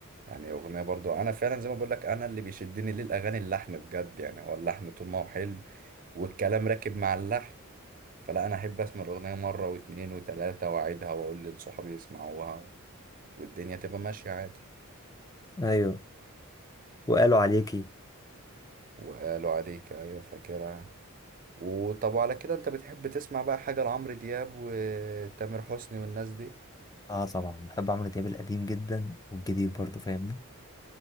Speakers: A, on the right; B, on the left.
A: يعني اغنيه برضو انا فعلا زي ما بقول لك انا اللي بيشدني للاغاني اللحن بجد يعني هو اللحن طول ما هو حلو والكلام راكب مع اللحن فلا انا احب اسمع الاغنيه مره واتنين وتلاته واعيدها واقول لصحابي يسمعوها والدنيا تبقى ماشيه عادي
B: أيوة وقالوا عليكي
A: وقالوا عليك ايوه فاكرها وطب على كده انت بتحب تسمع بقى حاجه لعمرو دياب وتامر حسني والناس دي
B: اه طبعا بحب عمرو دياب القديم جدا والجديد برضه فاهمني